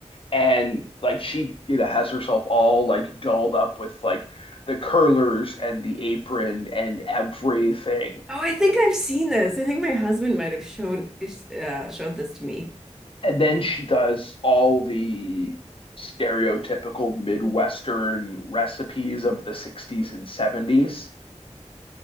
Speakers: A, on the left; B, in the centre.
A: and like she you know has herself all like dolled up with like the curlers and the apron and everything
B: Oh, I think I've seen this. I think my husband might have showed uh, showed this to me.
A: and then she does all the stereotypical midwestern recipes of the 60s and 70s